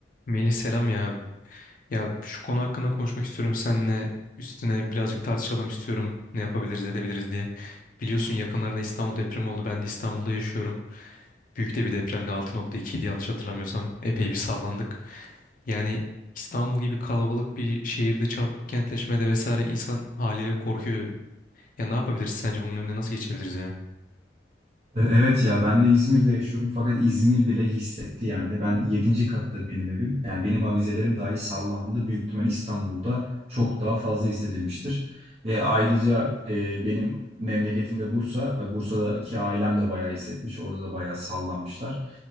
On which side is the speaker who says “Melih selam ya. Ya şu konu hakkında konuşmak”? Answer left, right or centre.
Left